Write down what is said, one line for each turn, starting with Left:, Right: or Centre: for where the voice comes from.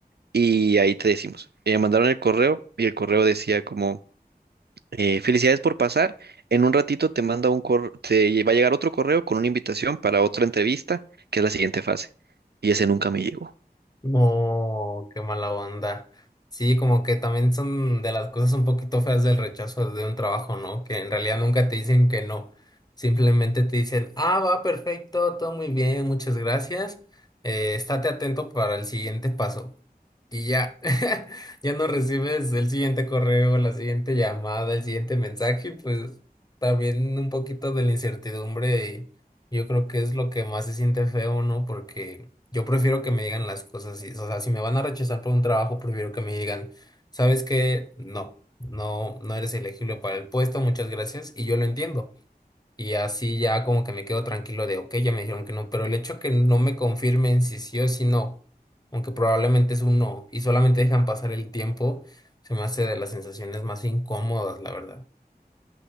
Right: y ahí te decimos. Y me mandaron el correo y el correo decía como, eh, felicidades por pasar, en un ratito te manda un correo, te va a llegar otro correo con una invitación para otra entrevista, que es la siguiente fase. Y ese nunca me llegó.
Left: No, qué mala onda. Sí, como que también son de las cosas un poquito feas del rechazo de un trabajo, ¿no? Que en realidad nunca te dicen que no. Simplemente te dicen, ah, va perfecto, todo muy bien, muchas gracias. Eh, estate atento para el siguiente paso. Y ya, <laughs> ya no recibes el siguiente correo, la siguiente llamada, el siguiente mensaje, y pues también un poquito de la incertidumbre, y yo creo que es lo que más se siente feo, ¿no? Porque yo prefiero que me digan las cosas, así, o sea, si me van a rechazar por un trabajo, prefiero que me digan, ¿sabes qué? No, no, no eres elegible para el puesto, muchas gracias, y yo lo entiendo. Y así ya como que me quedo tranquilo de, ok, ya me dijeron que no, pero el hecho que no me confirmen si sí o si no, aunque probablemente es un no, y solamente dejan pasar el tiempo, se me hace de las sensaciones más incómodas, la verdad.